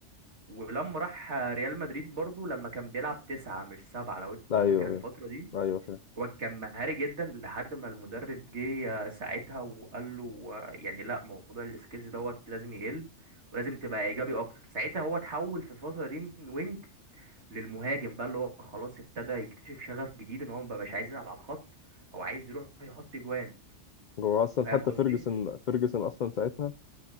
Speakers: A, on the right; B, on the left.
A: ولما راح ريال مدريد برضو لما كان بيلعب تسعة مش سبعة لو انت
B: ايوه
A: فاكر الفترة
B: ايوه
A: دي
B: ايوه
A: هو كان مهاري جدا لحد ما المدرب جه آه، ساعتها وقال له آه، يعني لا موضوع السكيلز دوت لازم يقل ولازم تبقى ايجابي اكتر ساعتها هو اتحول في الفتره دي من وينج للمهاجم بقى اللي هو خلاص ابتدى يكتشف شغف جديد ان هو مبقاش عايز يلعب على الخط هو عايز يروح يحط جوان
B: هو اصلا
A: فاهم
B: حتى
A: قصدي
B: فيرجسون فيرجسون اصلا ساعتها